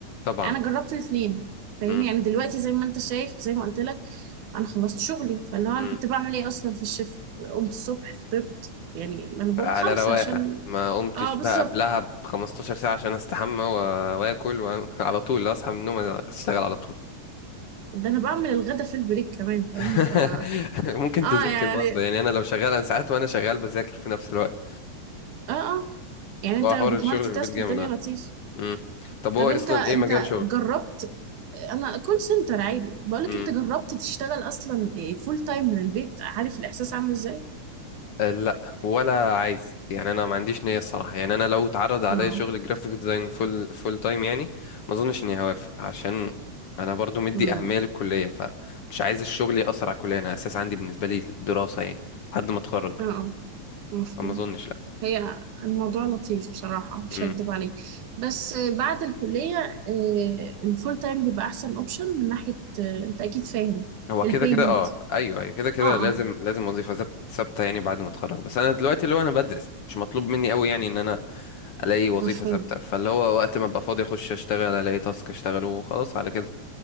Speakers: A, on the left; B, on the right.
A: طبعا
B: انا جربت الاثنين فاهمني
A: مم،
B: يعني دلوقتي زي ما انت شايف زي ما قلت لك انا خلصت شغلي فاللي هو انا
A: مم.
B: كنت بعمل ايه اصلا في الشفت قمت الصبح فطرت يعني ما انا بقوم
A: على
B: خمسة
A: رواقه
B: عشان
A: ما قمتش
B: اه بالظبط
A: بقى قبلها ب 15 ساعة عشان استحمى و... واكل وعلى <laughs> طول اصحى من النوم اشتغل على طول
B: ده انا بعمل الغدا في البريك كمان
A: <laughs>
B: فاهمني ف
A: ممكن
B: اه
A: تذاكر
B: يعني
A: برضه يعني انا لو شغال انا ساعات وانا شغال بذاكر في نفس الوقت
B: اه اه يعني
A: فهو
B: انت لو
A: حوار
B: بتمالتي
A: الشغل في
B: تاسك
A: البيت جامد
B: الدنيا
A: اه
B: لطيف
A: أمم. طب
B: طب
A: هو
B: انت
A: اصلا
B: انت
A: ايه مجال شغل
B: جربت انا كول سنتر عادي بقولك
A: امم.
B: انت جربت تشتغل اصلا فول تايم من البيت عارف الاحساس عامل ازاي
A: أه لا ولا عايز يعني انا ما عنديش نية الصراحة يعني انا لو اتعرض عليا
B: اه
A: شغل جرافيك ديزاين فول فول تايم يعني ما اظنش اني هوافق عشان انا برضو مدي
B: امم
A: اهمية للكلية فمش عايز الشغل يأثر على الكلية انا اساس عندي بالنسبة لي الدراسة يعني لحد ما اتخرج
B: اه آه، مفهوم
A: فما اظنش لا
B: هي الموضوع لطيف بصراحة مش
A: مم.
B: هكدب عليك بس بعد الكلية آه، الفول تايم بيبقى أحسن أوبشن من ناحية آه، أنت أكيد فاهم
A: هو
B: البيمنت
A: كده كده اه ايوه ايوه كده كده
B: اه
A: لازم
B: اه
A: لازم وظيفة ثاب- ثابتة يعني بعد ما اتخرج بس انا دلوقتي اللي هو انا بدرس مش مطلوب مني قوي يعني ان انا الاقي وظيفة
B: مفهوم
A: ثابتة فاللي هو وقت ما ابقى فاضي اخش اشتغل الاقي تاسك اشتغله وخلاص على كده